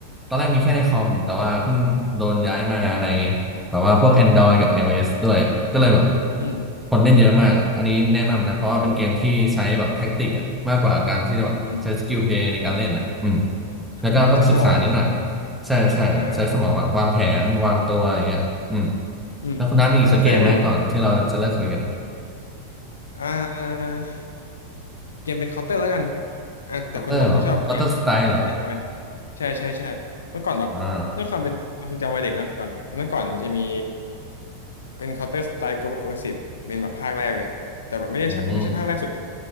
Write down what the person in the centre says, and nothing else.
ตอนแรกมีแค่ในคอมแต่ว่าเพิ่งโดนย้ายมาใน แบบว่าพวก Android กับ iOS ด้วยก็เลยแบบ
คนเล่นเยอะมากอันนี้แนะนำนะเพราะว่าเป็นเกมที่ใช้แบบแท็กติกอะมากกว่าการที่จะแบบใช้สกิลเพลย์ในการเล่นอะอืม
แล้วก็ต้องศึกษานิดหน่อย
ใช่ใช่ใช้สมองแบบวางแผนวางตัวอย่างเงี้ยอืม
แล้วคุณน้ามีอีกสักเกมไหมก่อนที่เราจะเลิกคุยกัน
<coughs> คอเตอร์เหรอคอเตอร์สไตล์เหรอ
อ่า
อืม